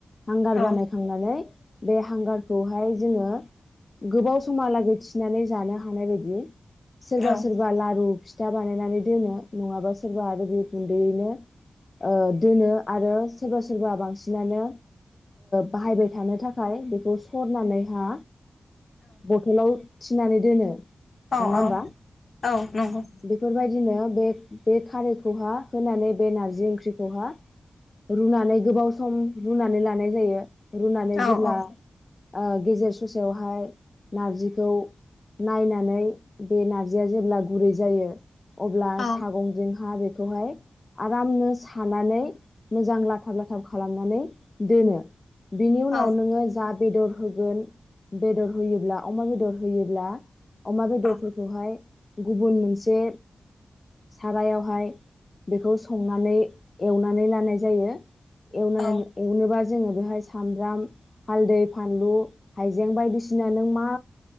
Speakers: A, on the left; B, on the left.
A: हांगार
B: औ
A: बानायखांनानै बे हांगारखौहाय जोङो गोबाव समहालागै थिनानै जानो हानाय बायदि सोरबा
B: औ
A: सोरबा लारु फिथा बानायनानै दोनो नङाबा सोरबा आरो बे गुन्दैयैनो ओ दोनो आरो सोरबा सोरबा बांसिन सिनानो बाहायबाय थानो थाखाय बेखौ सरनानैहा बथलाव थिनानै दोनो
B: औ
A: नङा होमबा
B: औ नंगौ
A: बेफोरबायदिनो बे बे खारैखौहा होनानै बे नारजि ओंख्रिखौहा रुनानै गोबाव सम रुनानै लानाय जायो। रुनानै
B: औ
A: जेब्ला
B: औ
A: ओ गेजेर ससेयावहाय नारजिखौ नायनानै बे नार्जिया जेब्ला गुरै जायो अब्ला
B: औ
A: सागंजोंहा बे खौहाय आरामनो सानानै मोजां लाथाब लाथाब खालामनानै दोनो बिनि उनाव
B: औ औ
A: नोङो जा बेदर होगोन बेदर होयोब्ला अमा बेदर होयोब्ला अमा बेदरफोरखौहाय
B: औ
A: गुबुन मोनसे सारायावहाय बेखौ संनानै एवनानै लानाय जायो एवना
B: औ
A: एवनोबा जोङो बेहाय सामब्राम हालदै फानलु हाइजें बायदिसिना नों मा